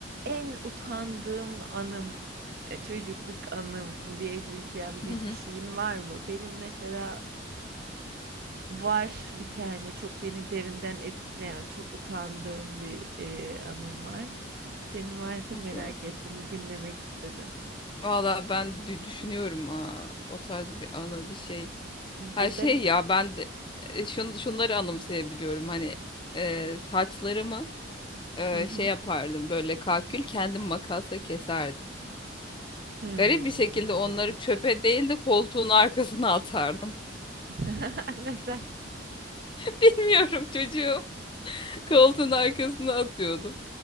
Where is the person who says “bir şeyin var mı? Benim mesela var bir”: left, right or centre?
Right